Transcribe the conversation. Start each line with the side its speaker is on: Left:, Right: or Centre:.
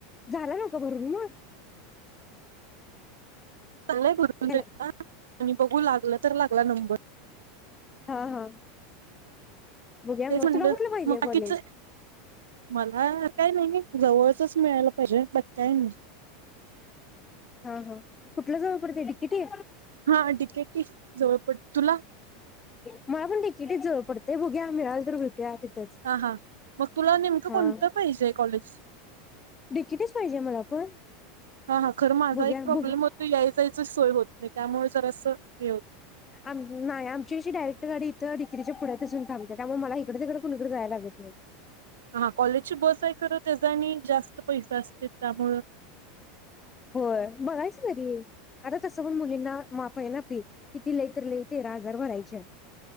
Left: झाला नवका भरून मग
Right: झालाय भरून
Left: हॅलो
Right: तेन आता आणि बघू लागलं तर लागला नंबर
Left: हा, हा बघुया मग
Right: तेच म्हणलं
Left: तुला कुठलं पाहिजेय
Right: मग
Left: कॉलेज
Right: बाकीच मला काय नाही जवळचच मिळायला पाहिजे बाकी काय नाही
Left: हा, हा कुठलं जवळ पडतय डिकेटी
Right: हा ठीक आहे की जवळ पड तुला
Left: मला पण डि के टीच जवळ पडतय बघुया मिळाल तर त्या तिथच
Right: हा हा मग तुला नेमकं
Left: हां
Right: कोणतं पाहिजे कॉलेज
Left: डि के टीच पाहिजे मला पण
Right: हा हा खरं माझा
Left: बघूया
Right: एक प्रॉब्लेम
Left: बघूया
Right: होतो, याय जायच सोय होत नाही, त्यामुळे जरासं हे होतं
Left: आ नाही आमची कशी डायरेक्ट गाडी इथं डि के टी च्या पुढ्यातच येऊन थांबत्या, त्यामुळे मला हिकडं तिकडं कुणीकडे जाया लागत नाही.
Right: हा कॉलेजची बस आहे खरं, त्याचं आणि जास्त पैसे असत्यात त्यामुळं
Left: होय, बघायचं तरी. आता तसं पण मुलींना माफ हाय ना फी, किती लई तर लई तेरा हजार भरायची हाय.